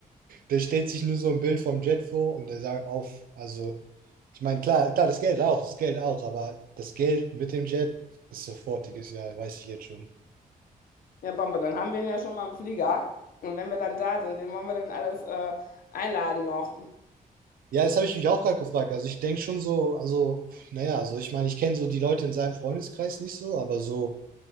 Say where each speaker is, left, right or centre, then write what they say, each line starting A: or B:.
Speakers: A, on the right; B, on the left.
A: Der stellt sich nur so ein Bild vom Jet vor und der sagt auf, also, ich meine, klar, klar, das Geld auch, das Geld auch, aber das Geld mit dem Jet ist sofortiges, ja, weiß ich jetzt schon.
B: Ja, Bombe, dann haben wir ihn ja schon mal im Flieger. Und wenn wir dann da sind, wen wollen wir denn alles äh, einladen noch?
A: Ja, das habe ich mich auch gerade gefragt. Also ich denke schon so, also, naja, also ich meine, ich kenne so die Leute in seinem Freundeskreis nicht so, aber so,